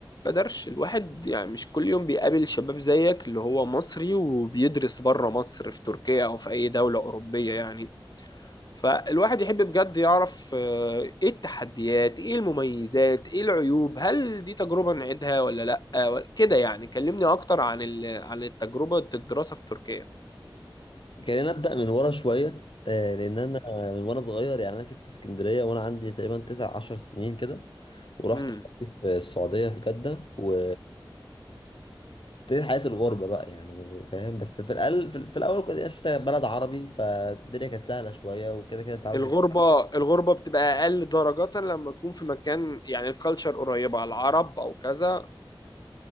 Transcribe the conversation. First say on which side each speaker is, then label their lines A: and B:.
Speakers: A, on the left; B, on the left.
A: قدرش الواحد يعني مش كل يوم بيقابل شباب زيك اللي هو مصري وبيدرس بره مصر في تركيا أو في أي دولة أوروبية يعني فالواحد يحب بجد يعرف آه، إيه التحديات إيه المميزات إيه العيوب هل دي تجربة نعيدها ولا لأ ولا- كده يعني كلمني أكتر عن ال... عن التجربة الدراسة في تركيا
B: خلينا نبدأ من ورا شوية آه، لأن أنا من وأنا صغير يعني أنا سبت اسكندرية وأنا عندي تقريبا تسع عشر سنين كده ورحت
A: امم
B: في السعودية في جدة و ابتديت حياة الغربة بقى يعني فاهم بس في الأقل في, ال- في الأول كنت عشت في بلد عربي فالدنيا كانت سهلة شوية وكده كده أنت عارف
A: الغربة الغربة بتبقى أقل درجة لما تكون في مكان يعني الكالتشر قريبة على العرب أو كذا